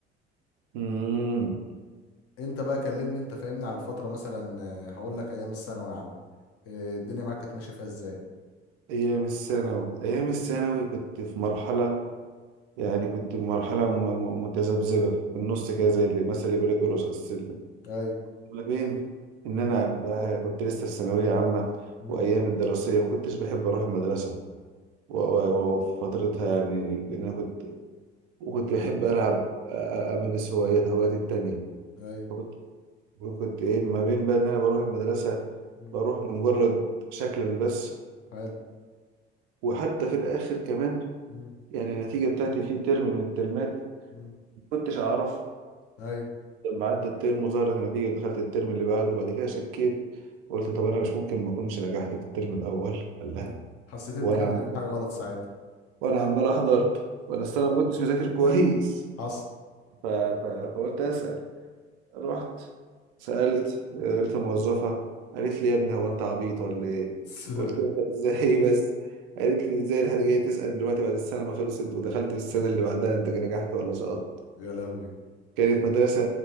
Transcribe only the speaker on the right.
مم.
أيام الثانوي أيام الثانوي كنت في مرحلة يعني كنت مرحلة م- م- متذبذبة في النص كده زي اللي مثلا اللي بيقول جرس على السلم
ما بين إن أنا أبقى- كنت لسه في ثانوية عامة
وأيام الدراسية ما كنتش بحب أروح المدرسة و- و- وفي فترتها يعني لأن أنا كنت وكنت بحب ألعب أ- أ- أمارس هوايات هواياتي التانية
وكنت وكنت إيه ما بين بقى إن أنا بروح المدرسة
بروح مجرد شكلا بس
وحتى في الآخر كمان
يعني النتيجة بتاعتي في ترم من الترمات
كنتش أعرف
لما عدى الترم وظهرت النتيجة دخلت الترم اللي بعده وبعد كده شكيت قلت طب أنا مش ممكن ما أكونش نجحت في الترم الأول قال
لا
وأنا
عم...
وأنا عمال أحضر وأنا أصل أنا ما كنتش مذاكر كويس
ف... ف... فقلت أسأل رحت سألت قلت الموظفة قالت لي يا ابني هو أنت عبيط ولا إيه؟
قلت لها إزاي بس؟ قالت لي إزاي الحد جاي تسأل دلوقتي بعد السنة ما خلصت ودخلت في السنة اللي بعدها أنت نجحت ولا سقطت؟
كانت مدرسة